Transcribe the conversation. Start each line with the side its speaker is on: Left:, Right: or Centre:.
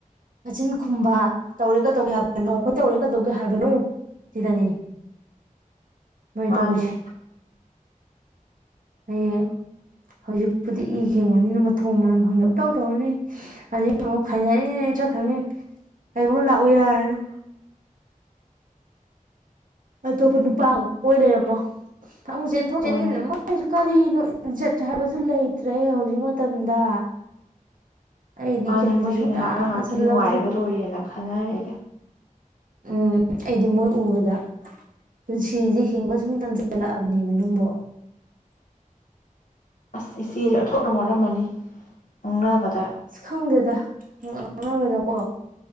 Right: ꯃꯆꯤꯟ ꯈꯨꯝꯕ ꯇꯧꯔꯦ ꯀꯗꯧꯒꯦ ꯍꯥꯏꯕꯅꯣ ꯑꯩꯈꯣꯏ ꯇꯧꯔꯦ ꯀꯩꯗꯧꯒꯦ ꯍꯥꯏꯕꯅꯣ ꯁꯤꯗꯅꯤ꯫ ꯃꫭꯏ
Left: ꯃꯥꯅꯦ
Right: ꯇꯧꯔꯤꯁꯤ꯫ ꯍꯌꯦꯡ ꯍꯧꯖꯤꯛꯄꯨꯗꯤ ꯏ ꯈꯦꯡꯕꯅꯤꯅ ꯃꯊꯣꯡ ꯃꯔꯝ ꯈꯪꯗꯕ ꯄꯪꯇꯧ ꯇꯧꯔꯅꯤ ꯑꯗꯨꯒꯤ ꯑꯃꯨꯛ ꯈꯥꯏꯅꯔꯤꯅꯦ ꯆꯠꯈ꯭ꯔꯅꯤ ꯀꯩꯒꯨꯝꯕ ꯂꯥꯛꯎ ꯌꯥꯔꯅꯣ꯫ ꯑꯇꯣꯞꯄ ꯅꯨꯄꯥ ꯑꯃꯨꯛ ꯀꫭꯏ ꯂꯩꯔꯝꯃꯣ꯫ ꯑꯃꯨꯛ ꯆꯦꯟ ꯊꯣꯛꯣꯛ ꯆꯦꯟꯁꯤꯟ
Left: ꯃꯣꯏꯅꯦ
Right: ꯀꯔꯤꯅꫭ꯫ ꯏꯖꯠ ꯍꯥꯏꯕꯁꯨ ꯂꯩꯇ꯭ꯔꯦ ꯍꯧꯖꯤꯛ ꯃꯇꯝꯗ꯫ ꯑꯩꯗꯤ
Left: ꯃꯥꯅꯦ
Right: ꯒ꯭ꯌꯥꯟꯁꯦ
Left: ꯃꯣꯏ
Right: ꯁꯨꯡꯇꯥ
Left: ꯉꯍꯥꯛ ꯉꯍꯥꯛꯀꯤ
Right: ꯇꯥꯁꯜꯂꯛꯇ꯭ꯔꯦ
Left: ꯅꯨꯡꯉꯥꯏꯔꯒ ꯂꯣꯏꯔꯦꯅ ꯈꯟꯅꯔꯦ꯫
Right: ꯎꯝ ꯑꯩꯗꯤ ꯃꯣꯏ ꯎꯕꯗ ꯄꯨꯟꯁꯤꯁꯦ ꯍꯤꯡꯕ ꯁꯨꯝ ꯇꯝꯁꯤꯜꯂꯛꯑꯕꯅꯦ ꯅꯪꯕꫭ꯫
Left: ꯑꯁ ꯏꯆꯦꯁꯦ ꯑꯣꯟꯊꯣꯛꯅ ꯋꯥꯔꯝꯃꯅꯤ ꯉꯪꯅꯕꯗ꯫
Right: ꯑꯁ ꯈꯪꯗꯦꯗ <unintelligible> ꯉꯥꯡꯅꯕꯗꯀꯣ